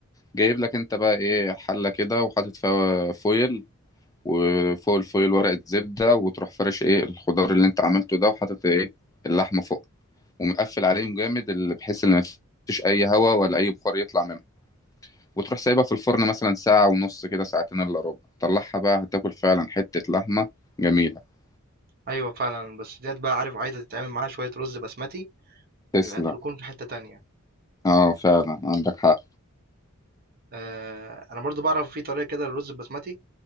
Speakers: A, on the left; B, on the right.
A: جايب لك انت بقى ايه حله كده وحاطط فيها فويل وفوق الفويل ورقه زبده وتروح فرش ايه الخضار اللي انت عملته ده وحاطط ايه اللحمه فوق ومقفل عليهم جامد اللي بحيث ان مفيش اي هواء ولا اي بخار يطلع منها وتروح سايبها في الفرن مثلا ساعه ونص كده ساعتين الا ربع طلعها بقى هتاكل فعلا حته لحمه جميله
B: أيوه فعلًا، بس ديّة بقى عارف عايزة تتعمل معاها شوية رُز بسمتي
A: تسلم
B: يبقى هتكون في حتّة تانية،
A: اه فعلا عندك حق
B: آآ أنا برضه باعرف في طريقة كده للرُز البسمتي،